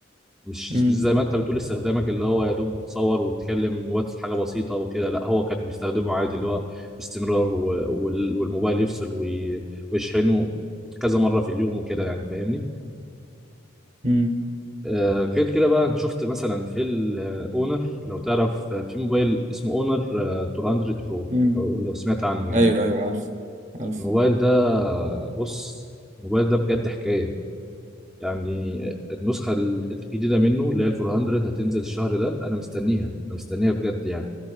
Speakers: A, in the centre; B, on the right.
A: مش
B: مم.
A: مش زي ما انت بتقول استخدامك اللي هو يا دوب بتصور وتتكلم واتس حاجه بسيطه وكده لا هو كان بيستخدمه عادي اللي هو باستمرار و... وال... والموبايل يفصل وي... ويشحنه كذا مره في اليوم وكده يعني فاهمني
B: مم.
A: آه غير كده بقى أنا شفت مثلا في الاونر لو تعرف آه، في موبايل اسمه اونر 200 برو
B: مم.
A: لو لو سمعت عنه يعني
B: ايوه ايوه عارف عارف
A: الموبايل ده بص الموبايل ده بجد حكاية يعني النسخة ال- الجديدة منه اللي هي ال 400 هتنزل الشهر ده أنا مستنيها أنا مستنيها بجد يعني